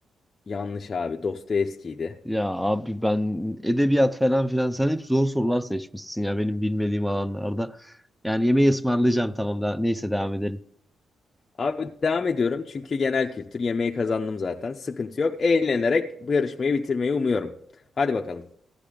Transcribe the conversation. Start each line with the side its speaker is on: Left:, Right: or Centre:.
Left: Yanlış abi. Dostoyevski'ydi.
Centre: Ya abi ben edebiyat falan filan sen hep zor sorular seçmişsin ya benim bilmediğim alanlarda. Yani yemeği ısmarlayacağım tamam da neyse devam edelim.
Left: Abi devam ediyorum çünkü genel kültür yemeği kazandım zaten. Sıkıntı yok. Eğlenerek bu yarışmayı bitirmeyi umuyorum. Hadi bakalım.